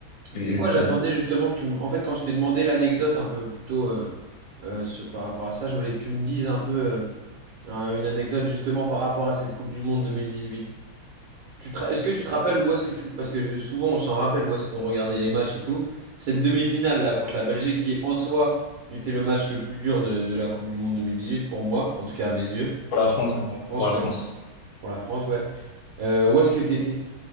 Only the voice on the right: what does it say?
Tu
sais quoi,
j'attendais justement que tu me... En fait, quand je t'ai demandé l'anecdote un peu plutôt euh, euh, sur- par rapport à ça, je voulais que tu me dises un peu euh, un- une anecdote justement par rapport à cette Coupe du Monde 2018. Tu te ra- Est-ce que tu te rappelles où est-ce que tu... Parce que souvent on s'en rappelle où est-ce qu'on regardait les matchs et tout. Cette demi-finale là contre la Belgique qui en soi était le match le plus dur de, de la Coupe du Monde 2018 pour moi, en tout cas à mes yeux.
En France,
ouais.
Pour la France, ouais. Euh, où est-ce que t'étais